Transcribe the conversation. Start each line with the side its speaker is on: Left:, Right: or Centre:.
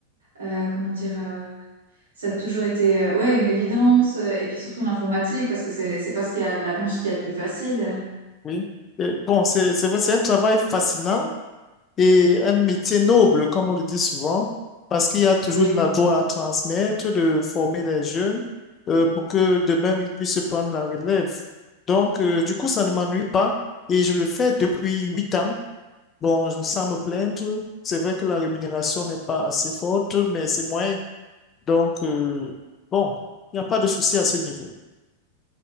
Right: euh, comment dire, euh, ça a toujours été euh, ouais, une évidence, euh, et puis surtout l'informatique, parce que c'est c'est pas ce qu'il y a, la branche qui est le plus facile.
Left: oui. Et bon, c'est c'est vrai, c'est un travail fascinant. et un métier noble, comme on le dit souvent, parce qu'il y a toujours
Right: Oui,
Left: de la joie à transmettre, de former les jeunes euh, pour que demain ils puissent prendre la relève. Donc, euh, du coup, ça ne m'ennuie pas et je le fais depuis huit ans. Bon, je- sans me plaindre, c'est vrai que la rémunération n'est pas assez forte, mais c'est moyen. Donc, euh, bon, il n'y a pas de souci à ce niveau.